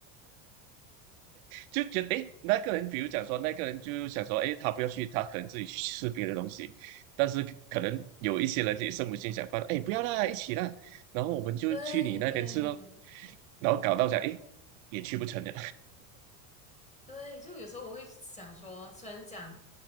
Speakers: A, on the right; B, on the left.
A: 就觉得诶，那个人比如讲说，那个人就想说，诶，他不要去，他可能自己去吃别的东西，但是可能有一些人也圣母心想泛滥，诶，不要啦，一起啦，然后我们就去你那边吃咯。
B: 对对，
A: 然后搞到讲，哎，也去不成了。
B: 对，就有时候我会想说，虽然讲